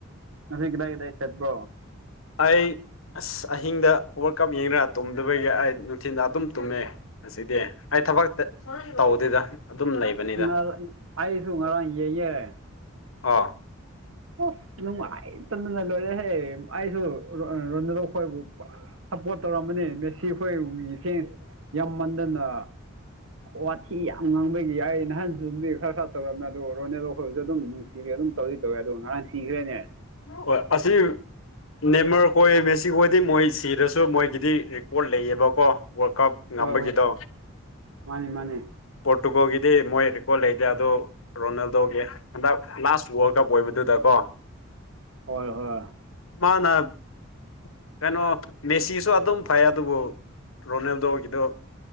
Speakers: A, on the right; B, on the left.
A: ꯉꯁꯤ ꯀꯗꯥꯏ ꯀꯗꯥꯏ ꯆꯠꯄ꯭ꯔꯣ
B: ꯑꯩ ꯑꯁ ꯑꯍꯤꯡꯗ ꯋꯥꯜꯀꯞ ꯌꯦꯡꯗꯅ ꯇꯨꯝꯗꯕꯒꯤ ꯑꯩ ꯅꯨꯡꯊꯤꯟꯗ ꯑꯗꯨꯝ ꯇꯨꯝꯃꯦ ꯑꯁꯤꯗꯤ ꯑꯩ ꯊꯕꯛꯇ ꯇꯧꯗꯦꯗ ꯑꯗꯨꯝ ꯂꯩꯕꯅꯤꯗ
A: ꯅ ꯑꯏꯁꯨꯨ ꯉꯔꯥꯡ <unintelligible>
B: ꯑꯣ
A: ꯑꯣ ꯅꯨꯡꯉꯥꯏꯇꯗꯅ ꯂꯣꯏꯔꯦꯍꯦ ꯑꯩꯁꯨ ꯔꯣꯗꯈꯣꯏꯕꯨ ꯄꯨꯔꯥ ꯁꯞꯄꯣꯔꯠ ꯇꯧꯔꯝꯕꯅꯦ ꯃꯦꯁꯤ ꯑꯩꯈꯣꯏꯒꯤ ꯐꯦꯟꯁ ꯌꯥꯝ ꯃꯟꯗꯅ ꯋꯥꯊꯤ ꯌꯥꯝ ꯉꯥꯡꯕꯒꯤ ꯌꯥꯏ ꯅꯍꯥꯟꯁꯨꯗꯤ ꯈꯔ ꯈꯔ ꯇꯧꯔꯝꯃꯦ ꯑꯗꯣ ꯔꯣꯅꯦꯂꯣꯈꯣꯏꯕꯁꯨ ꯑꯗꯨꯝ ꯅꯨꯡꯁꯤ ꯁꯤꯗꯤ ꯑꯗꯨꯝ ꯇꯧꯗꯤ ꯇꯧꯋꯦ ꯑꯗꯣ ꯉꯔꯥꯡ ꯁꯤꯈ꯭ꯔꯦꯅꯦ
B: ꯑꯣ ꯑꯁꯤ ꯅꯦꯝꯃꯔ ꯍꯣꯏ ꯃꯦꯁꯤ ꯍꯣꯏꯗꯤ ꯃꯣꯏ ꯁꯤꯔꯁꯨ ꯃꯣꯏꯒꯤꯗꯤ ꯔꯦꯀꯣꯔꯠ ꯂꯩꯌꯦꯕꯀꯣ ꯋꯥꯜ ꯀꯞ ꯉꯝꯕꯒꯤꯗꯣ
A: ꯍꯣꯏ ꯍꯣꯏ ꯃꯥꯅꯦ ꯃꯥꯅꯦ
B: ꯄꯣꯔꯇꯨꯒꯜꯒꯤꯗꯤ ꯃꯣꯏ ꯔꯦꯀꯣꯔꯠ ꯂꯩꯇꯦ ꯑꯗꯨꯣ ꯔꯣꯅꯥꯜꯗꯣꯒꯤ ꯍꯟꯗꯛ ꯂꯥꯁ ꯋꯥꯔꯜ ꯀꯞ ꯑꯣꯏꯕꯗꯨꯗ ꯀꯣ
A: ꯍꯣꯏ ꯍꯣꯏ
B: ꯃꯥꯅ ꯀꯩꯅꯣ ꯃꯦꯁꯤꯁꯨ ꯑꯗꯨꯝ ꯐꯩ ꯑꯗꯨꯕꯨ ꯔꯣꯅꯦꯜꯗꯣꯒꯤꯗꯣ